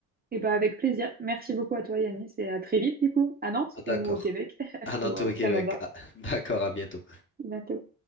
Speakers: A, on the right; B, on the left.
A: Et bah avec plaisir. Merci beaucoup à toi, Yanis, et à très vite, du coup, à Nantes
B: Ah, d'accord.
A: ou au Québec <laughs>
B: À bientôt
A: ou au
B: au Québec.
A: Canada.
B: Ah, <laughs> d'accord, à bientôt.
A: À Bientôt.